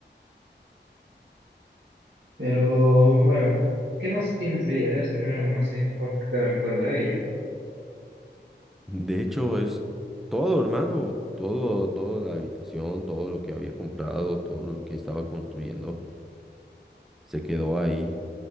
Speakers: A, on the right; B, in the centre.
A: Pero, bueno, ¿qué más tienes de ella? Debes tener algo más ahí en tu cuarto que te haga recuerdo de ella.
B: De hecho, es todo, hermano, todo, toda la habitación, todo lo que había comprado, todo lo que estaba construyendo, se quedó ahí